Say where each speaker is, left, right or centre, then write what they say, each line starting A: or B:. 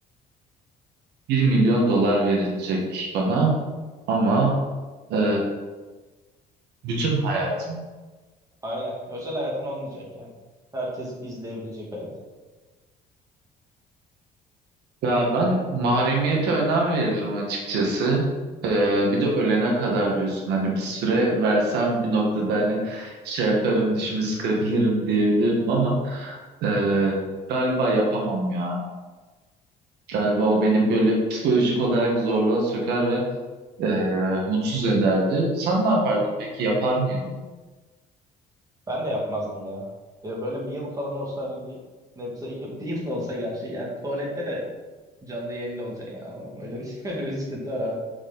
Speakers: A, on the right; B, on the right.
A: Bir milyon dolar verilecek bana ama e, bütün hayatım.
B: Aynen. Özel hayatın olmayacak yani. Herkes izleyebilecek hayat.
A: Ya ben mahremiyete önem veririm açıkçası. E, bir de ölene kadar diyorsun hani bir süre versem bir noktada hani şey yaparım dişimi sıkabilirim diyebilirdim ama e, galiba yapamam ya. Galiba o beni böyle psikolojik olarak zorluğa sokar ve e, mutsuz ederdi. Sen ne yapardın peki? Yapar mıydın?
B: Ben de yapmazdım ya. Ya böyle bir yıl falan olsa hani bir nebze <laughs> bir yıl da olsa gerçi yani tuvalette de canlı yayında olacaksın ya. Ama öyle bir, <laughs> öyle bir sıkıntı var abi.